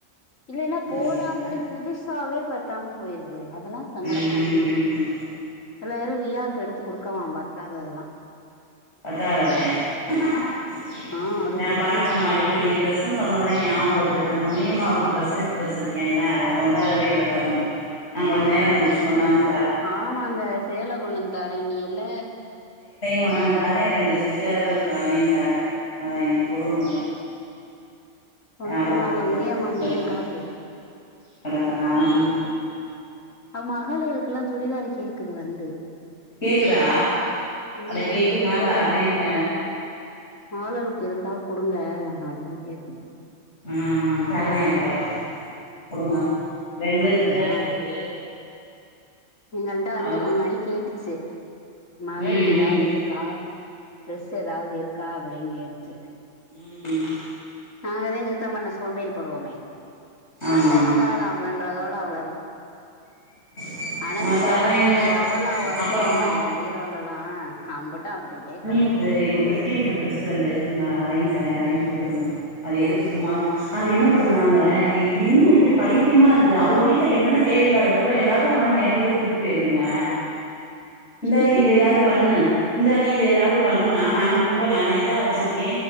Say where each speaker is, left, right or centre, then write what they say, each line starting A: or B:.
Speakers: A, on the left; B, on the left.
A: இல்லேன்னா
B: ம்
A: போடாமலே புதுசாவே பத்தாம போய்ருது அதெல்லா சங்கடமா
B: ம்
A: இருக்கு
B: ம்
A: சில வேற ரியாக்கு எடுத்து குடுக்கவா பத்தாதெதல்லா
B: <unintelligible>
A: ஆ அதுக்கு
B: நா பாருங்கம்மா
A: ஜீன்ஸ் பேண்டல்லா
B: இப்ப நீங்க டிரெஸ்ஸுன் சொன்ன ஒன்னேதா ஞாவொ வருது அந்த முனியம்மாவுக்கு ட்ரஸ்ஸு எடுத்து வச்சிருக் கேன்ல அத கொண்டாடவே இல்ல பாருங்க நா கொஞ்ச நேரங் கழிச்சு கொண்டாந்
A: ஆமாங்க சேல கொண்டந்து தாரேன்னீயல்ல
B: கொண்ணாந் தாரே ரெண்டு சுடிதாரு இருக்கு அதையு தாரே அத அங்க குடுங்க அத
A: கொண்டுட்டு
B: யாருக்
A: வாங்க
B: பத்துதோ
A: முனியம்மா
B: போட்டுக்கட்டு
A: இங்கதா கெடக்கு
B: கடக்கா ஆ ம்
A: அவ மஹளுகளுக்குல்லா சுடிதாரு கேக்குது வந்து
B: கேக்குதா
A: ம்
B: ஆன கேக்குதுன்னா
A: மகளுகளுக்கு
B: தர்றேங்க
A: மகளுகளுக்கு இருந்தா குடுங்க அப்டின் கேக்குது
B: ஆ ஆ தரே அப்ப குடுங்க ரெண்டு
A: குடுங்க
B: சுடிதார்
A: ஆ
B: இருக்குது
A: எங்கள்ட்ட வந்து
B: அதுக்கு
A: முன்னாடி கேட்டுச்சி மகளுக்கு
B: ம் ம்
A: ஏதாவ்து இருக்கா ட்ரெஸ்ஸு ஏதாவ்து இருக்கா அப்டின் கேட்ச்சி
B: ம் ம்
A: நாங்கதே சுத்தம் பண்ண சோம்பேறி படுவோமே
B: ஆமா
A: பாத்து எடுத்தார அப்டின்றதோ ட அவ்ளதே
B: <inaudible>
A: ஆனா சுத்தம்
B: தர்றேங்க
A: பண்ணனா எவ்வளோ வருந்
B: அப்பறோ
A: தெரியுமா ஏம் பீரோலலா அம்புட்டு அப்டி அப்டியே கடக்
B: ஊட்டு எங்க ப்ரித்தி ஊட்டு ட்ரெஸ்ஸு ரெண்டு இருக்குங்க அதையுந் தரே அதையு குடுத் இருங்க அது எதுக்கு சும்மாவே அது என்ன பண்ணதுனாங்க என்ன இப்டி பைத்தியமா இருக்குது அவங்க வீட்ல என்னன்ன தேவையில்லாத பொருளோ எல்லாத்த அப்டி கொனாந்து ஏ வீட்டுல குடுத்துட்டு போயிருதுங்க
A: கெடக்கு
B: இந்தாடி இது ஏதாவது பண்ணு இந்தாடி இது எதாவது பண்ணுணா நானு குப்ப நானா இதா வச்சுருக்கே